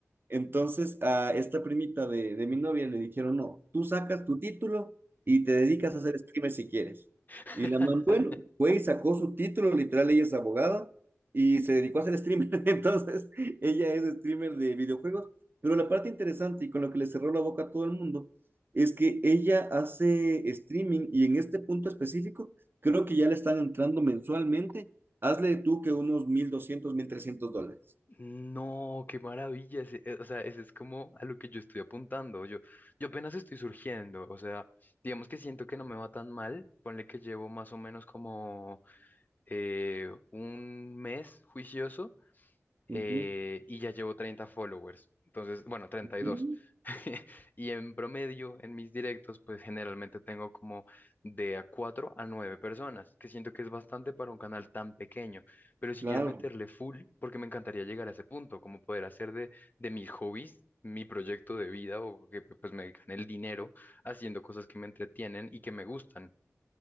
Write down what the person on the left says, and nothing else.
<laughs>
No, qué maravilla. ese- eh, O sea, ese es como a lo que yo estoy apuntando. Yo, yo apenas estoy surgiendo. O sea, digamos que siento que no me va tan mal. Ponle que llevo más o menos como eh, un mes juicioso eh,
y ya llevo 30 followers, entonces, bueno, 32.
Y dos. <laughs> Y en promedio, en mis directos, pues generalmente tengo como de a 4 a 9 personas, que siento que es bastante para un canal tan pequeño, pero si
quiero meterle full, porque me encantaría llegar a ese punto, como poder hacer de, de mis hobbies. mi proyecto de vida o que pues me gane el dinero haciendo cosas que me entretienen y que me gustan.